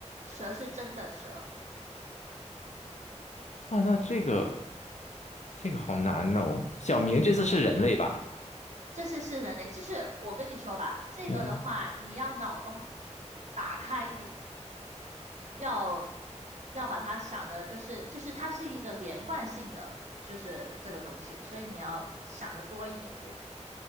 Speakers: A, on the right; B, on the left.
A: 蛇是真的蛇，
B: 哇，那这个这个好难哦。小明这次是人类吧？
A: 这是是人类，这是我跟你说吧，这个的话你要脑洞
B: 嗯，
A: 打开，要要把它想的，就是就是它是一个连贯性的，就是这个东西，所以你要想的多一点这个，